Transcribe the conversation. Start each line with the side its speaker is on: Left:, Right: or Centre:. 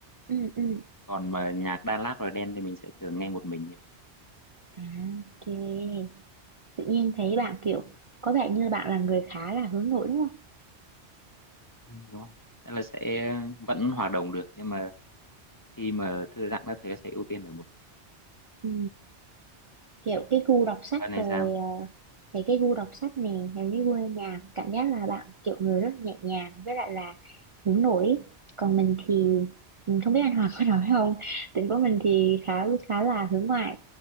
Right: ừ ừ
Left: còn mà nhạc Đà Lạt rồi đen thì mình sẽ thường nghe một mình nhiều
Right: à ok tự nhiên thấy bạn kiểu có vẻ như bạn là người khá là hướng nội đúng không
Left: Ừ, đúng không? tức là sẽ vẫn hòa đồng được nhưng mà khi mà thư giãn các thứ sẽ ưu tiên ở một mình
Right: ừ kiểu cái gu đọc sách
Left: còn này
Right: rồi
Left: sao
Right: ờ, thấy cái gu đọc sách nè những cái gu nghe nhạc cảm giác là bạn kiểu người rất nhẹ nhàng với lại là hướng nội còn mình thì mình không biết anh Hoàng có nói không tính của mình thì khá khá là hướng ngoại